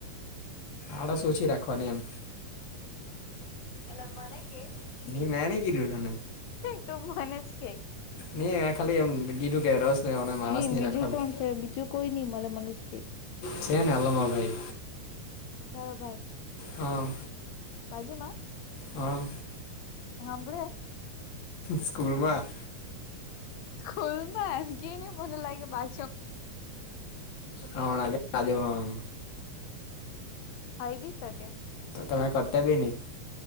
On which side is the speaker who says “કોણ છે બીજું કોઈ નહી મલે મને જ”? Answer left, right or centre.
Left